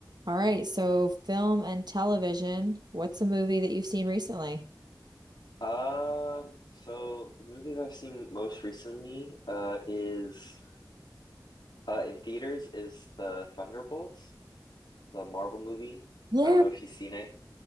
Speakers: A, on the right; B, on the left.
A: All right, so film and television. What's a movie that you've seen recently?
B: Um, so the movie that I've seen most recently uh is uh in theaters is the Thunderbolts, the Marvel movie.
A: Yeah,
B: I don't know if you've seen it.